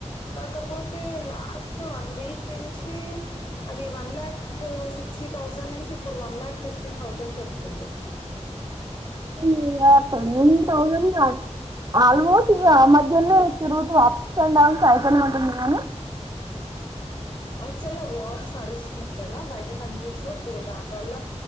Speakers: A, on the left; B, on the right.
A: కాకపోతే లాస్ స్ట్ వన్ వీక్ నుంచి అది వన్ లాకు సిక్స్టీ థౌజండ్ నుంచి ఇప్పుడు వన్ లాక్ ఫిఫ్టీ థౌజండ్ కి వచ్చింది.
B: <unintelligible> యా <unintelligible> టెన్ థౌసండ్ ఆల్మోస్ట్ ఇగ ఆ మధ్యనే తిరుగుతూ అప్స్ అండ్ డౌన్స్ అయితనే ఉంటుంది కానీ
A: అది సరే వార్స్ నడుస్తున్నాయి కదా బయట కంట్రీస్ లో సో దానివల్ల